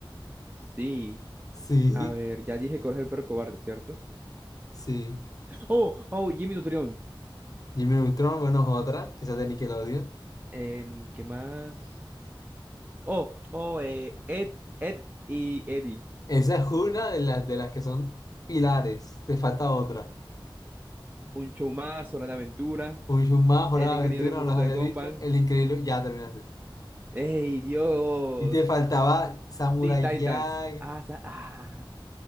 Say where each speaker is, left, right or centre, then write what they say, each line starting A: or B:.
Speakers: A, on the right; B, on the left.
A: Sí.
B: Sí,
A: A ver, ya dije Coraje el perro cobarde, ¿cierto?
B: sí.
A: Oh, oh, Jimmy Nutrión.
B: Jimmy Neutron, bueno, es otra, que esa es de Nickelodeon.
A: Em, ¿qué más? Oh, oh, eh, Ed, Ed y Eddie.
B: Esa es una de las, de las que son pilares. Te falta otra.
A: Un show más, Hora de Aventura.
B: Un show más, Hora
A: El increíble
B: de Aventura,
A: mundo
B: no las había
A: de Gumball.
B: dicho. El Increíble, ya terminaste.
A: ¡Ey, Dios!
B: Y te faltaba Samurai
A: Teen Titans.
B: Jack.
A: Ah, sa- ah.